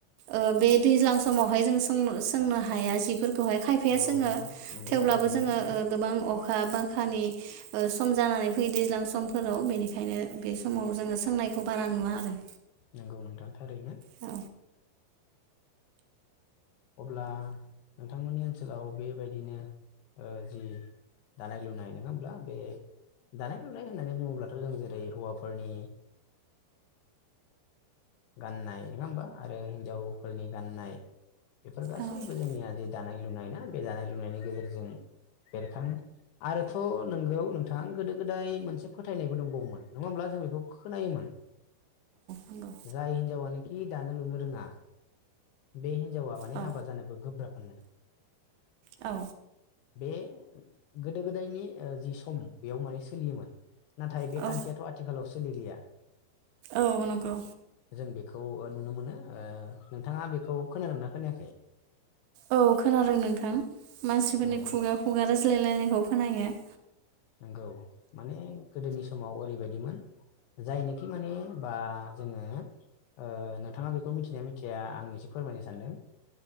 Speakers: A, on the right (about 80°); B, on the left (about 75°).
A: ओ बे दैज्लां समावहाय जों सोंनो हाया जिफोर दहाय खायफाया
B: औ
A: जोङो
B: नंगौ
A: थेवब्लाबो
B: थारैनो
A: जोङो
B: नोंथां
A: गोबां अखा बांखानि सम जानानै फैयो दैज्लां समफोराव बेनिखायनो बे समाव जोङो सोंनायखौ बारा नुवा आरो
B: नंगौ नोंथां थारैनो
A: औ
B: अब्ला नोंथांमोननि ओनसोलाव बेबायदिनो जि दानाय लुनाय नङा हब्ला बे दानाय लुनाय होन होननानै बुङोब्लाथ' जों जेरै हौवाफोरनि गाननाय नङा होमबा आरो हिन्जावफोरनि गान्नाय बेफोर गासैबो
A: औ
B: जोंनिया जिे दानाय लुनाय ना बे दानाय लुनायनि गेजेरजों बेरखाङो आरोथ' नोंगौ नोंथां गोदो गोदाय मोनसे फोथायनायबो दंबावोमोन नङा होमब्ला जों बेखौ खोनायोमोन
A: नंगौ
B: जाय हिनजावानोखि दानो लुनो रोङा बे हि हिन्जावा माने
A: औ
B: हाबा जानोबो गोब्राब मोननो
A: औ
B: बे गोदो गोदायनि जि सम बेयाव माने सोलियोमोन नाथाय
A: औ
B: बे खान्थियाथ' आथिखालाव सोलिलिया
A: औ नंगौ
B: जों बेखौ नुनो मोनो ओ नोंथाङा बेखौ खोनादोंना खोनायाखै
A: औ खोनादों नोंथां मानसिफोरनि
B: औ
A: खुगा खुगा रायज्लायलायनायखौ खोनायो <inaudible>
B: नंगौ माने गोदोनि समाव ओरैबायदिमोन जायनोखि माने बा जोङो ओ नोंथाङा बेखौ मिथिनाया मिथिया आं एसे फोरमायनो सानदों